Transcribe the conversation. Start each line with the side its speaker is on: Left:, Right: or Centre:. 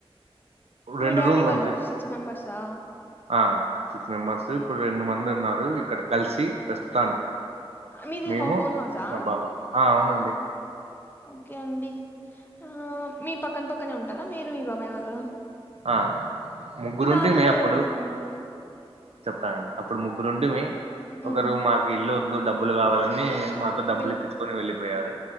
Left: మీ
Right: రెండు
Left: డాడీ
Right: రూమ్లు
Left: వాళ్లు
Right: ఉన్నాయి
Left: సిక్స్ మెంబర్స్ ఆ
Right: ఆ సిక్స్ మెంబర్స్ ఇప్పుడు రెండు మంది ఉన్నారు ఇక్కడ కలిసి ప్రస్తుతానికి
Left: మీది
Right: మేము
Left: హోన్ ఓన్ హౌసా
Right: మా బాబా ఆ అవునండి
Left: ఓకే అండి ఆ మీ పక్కన పక్కనే ఉంటారా మీరు మీ బాబాయి వాళ్ళు
Right: ఆ ముగ్గురుంటిమి
Left: మీ నానమ్మ
Right: అప్పుడు
Left: ఎవరింట్లో ఉంట
Right: చెప్తానండి అప్పుడు ముగ్గురుంటిమి ఒకరు
Left: ఉమ్
Right: మాకు ఇల్లు వద్దు డబ్బులు కావాలని మా డబ్బులు
Left: వెళ్
Right: ఇప్పించుకొని వెళ్ళిపోయారు